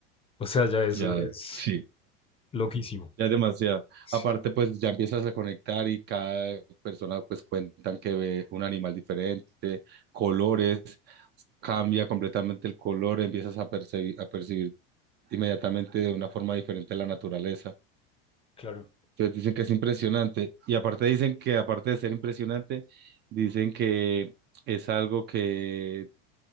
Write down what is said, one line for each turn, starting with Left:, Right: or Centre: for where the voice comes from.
Left: O sea, ya eso
Right: Ya,
Left: es
Right: sí.
Left: loquísimo.
Right: Ya es demasiado.
Left: Sí,
Right: Aparte, pues ya empiezas a conectar y cada persona pues cuentan que ve un animal diferente, colores, cambia completamente el color, empiezas a percibir, a percibir inmediatamente de una forma diferente la naturaleza.
Left: claro.
Right: Entonces dicen que es impresionante. Y aparte dicen que, aparte de ser impresionante, dicen que es algo que